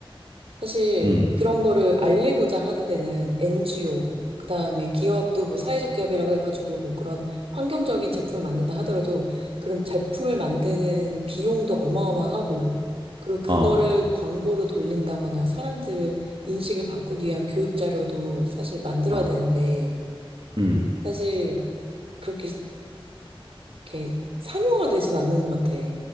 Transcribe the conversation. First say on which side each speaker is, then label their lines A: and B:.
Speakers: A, on the right; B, on the right.
A: 사실
B: 응,
A: 그런 거를 알리고자 하는 데는 NGO, 그 다음에 기업도 뭐 사회적 기업이라고 해가지고 뭐 그런 환경적인 제품을 만든다 하더라도 그런 제품을 만드는 비용도 어마어마하고, 그리고 그거를
B: 어,
A: 광고로 돌린다거나 사람들을 인식을 바꾸기 위한 교육 자료도 사실 만들어야
B: 어,
A: 되는데,
B: 응,
A: 사실 그렇게 이렇게 상용화되진 않는 것 같아.